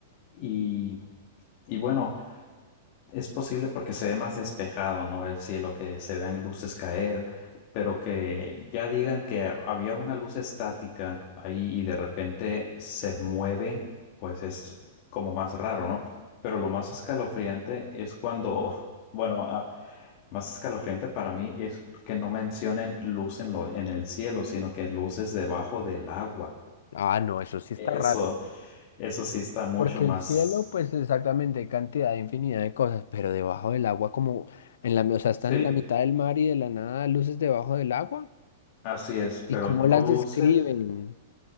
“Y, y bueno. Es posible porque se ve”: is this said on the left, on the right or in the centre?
Left